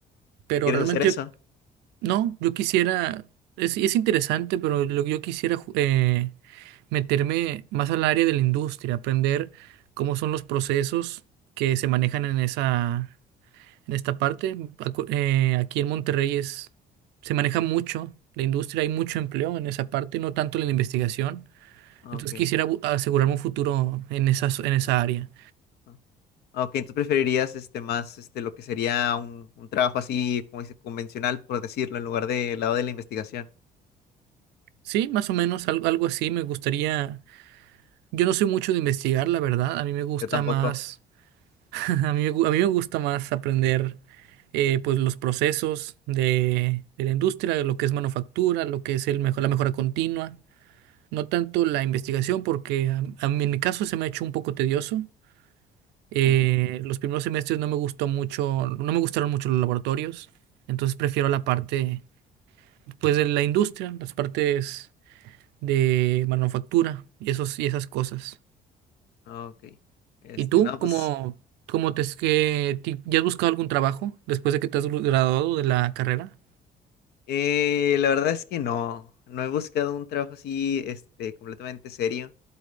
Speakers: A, on the right; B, on the left.
A: pero
B: ¿Y quieres
A: realmente
B: hacer eso?
A: yo no, yo quisiera, es, es interesante, pero lo que yo quisiera ju- eh, meterme más al área de la industria, aprender cómo son los procesos que se manejan en esa, en esta parte. Acu- eh, aquí en Monterrey es, se maneja mucho la industria, hay mucho empleo en esa parte, no tanto en la investigación.
B: Ah,
A: Entonces
B: Ok.
A: quisiera bu- asegurarme un futuro en esa, en esa área.
B: Ah, ah, ok, entonces preferirías, este, más, este, lo que sería un, un trabajo así, como dice, convencional, por decirlo, en lugar del lado de la investigación.
A: Sí, más o menos al- algo así. Me gustaría, yo no soy mucho de investigar, la verdad. A mí me gusta
B: Yo tampoco.
A: más. A mí, me gu- a mí me gusta más aprender eh, pues los procesos de, de la industria, de lo que es manufactura, lo que es el mejor, la mejora continua, no tanto la investigación, porque a, a mí en mi caso se me ha hecho un poco tedioso. Eh,
B: Ujú.
A: los primeros semestres no me gustó mucho, no me gustaron mucho los laboratorios, entonces prefiero la parte pues de la industria, las partes de manufactura y esos, y esas cosas.
B: Ah, Ok. Este,
A: ¿Y tú
B: no,
A: cómo,
B: pues,
A: cómo te es que ti- ya has buscado algún trabajo después de que te has graduado de la carrera?
B: eh, la verdad es que no, no he buscado un trabajo así, este, completamente serio.